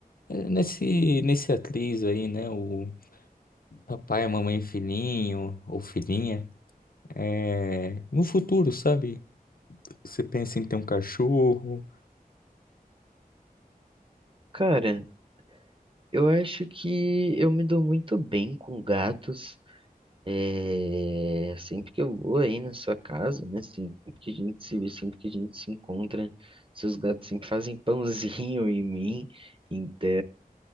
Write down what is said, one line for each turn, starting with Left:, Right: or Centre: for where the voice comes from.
Left: É, Nesse, nesse atriz aí, né? O papai, a mamãe, e filhinho ou filhinha. É, no futuro, sabe? Você pensa em ter um cachorro.
Right: Cara, eu acho que eu me dou muito bem com gatos. É, sempre que eu vou aí na sua casa, né? Sempre que a gente se vê, sempre que a gente se encontra, seus gatos sempre fazem pãozinho em mim, então